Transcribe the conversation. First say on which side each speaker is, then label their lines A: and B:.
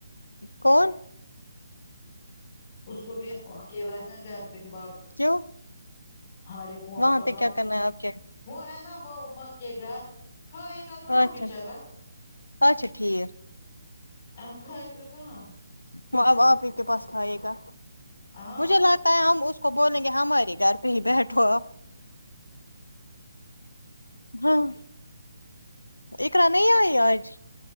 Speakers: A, on the left; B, on the left.
A: کون
B: اس کو بھی وہ اکیلا ہے نا گھر پے باب
A: کیوں
B: ہرے کون
A: وہاں
B: کباب
A: پہ کیا کرنا
B: <unintelligible>
A: ہے آپ کے
B: وہ ہے نا وہ ما کے گھر کھایے گا کہاں
A: اچھا
B: بیچارا
A: اچھا ٹھیک
B: آ کھائے گا کہاں
A: وہ اب آپ ہی کے پاس کھاے گا
B: ہاں
A: مجھ لاتا ہے ہم اس کو بولیں گے ہمارے گھر پہ ہی بیٹھو آپ ہاں اخرا نہیں آئی آج